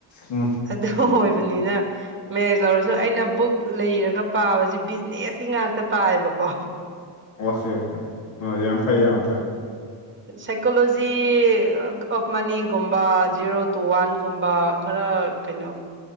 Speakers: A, on the left (about 85°); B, on the right (about 25°).
A: ꯎꯝ
B: ꯑꯗꯨ ꯑꯣꯏꯕꯅꯤꯅ ꯃꯦꯖ ꯂꯧꯔꯁꯨ ꯑꯩꯅ ꯕꯨꯛ ꯂꯩꯔꯒ ꯄꯥꯕꯁꯤ ꯕꯤꯖꯤꯅꯦꯁꯀꯤ ꯉꯥꯛꯇ ꯇꯥꯏꯕ ꯀꯣ
A: ꯑꯣꯀꯦ ꯑꯣꯀꯦ ꯌꯥꯝ ꯐꯩ ꯌꯥꯝ ꯐꯩ
B: ꯁꯥꯏꯀꯣꯂꯣꯖꯤ ꯑꯣꯐ ꯃꯅꯤꯒꯨꯝꯕ ꯖꯦꯔꯣ ꯇꯨ ꯋꯥꯟꯒꯨꯝꯕ ꯈꯔ ꯀꯩꯅꯣ